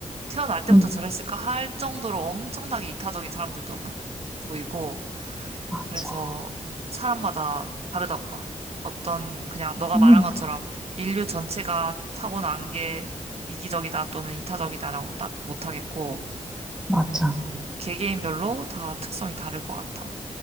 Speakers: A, on the right; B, in the centre.
A: 태어날 때부터
B: 음,
A: 저랬을까 할 정도로 엄청나게 이타적인 사람들도 보- 보이고,
B: 맞아,
A: 그래서 사람마다 다르다고 봐. 어떤 그냥 너가
B: 음,
A: 말한 것처럼 인류 전체가 타고난 게 이기적이다 또는 이타적이다라고 딱 못하겠고,
B: 맞아,
A: 음, 개개인별로 다 특성이 다를 것 같아.